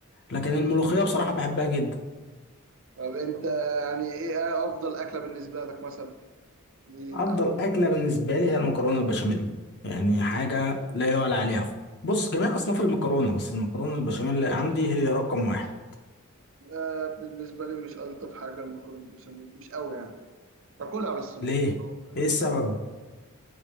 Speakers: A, on the left; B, on the right.
A: لكن الملوخيه بصراحه بحبها جدا
B: طب أنت يعني إيه أفضل أكلة بالنسبة لك مثلا؟ إيه
A: افضل اكله بالنسبه لي هي المكرونه البشاميل يعني حاجه لا يعلى عليها بص جميع اصناف المكرونه بس المكرونه البشاميل اللي عندي هي رقم واحد
B: آه بالنسبة لي مش ألطف حاجة المكرونة بالبشاميل مش قوي يعني باكلها بس مش
A: ليه
B: اللي هو يعني
A: ايه السبب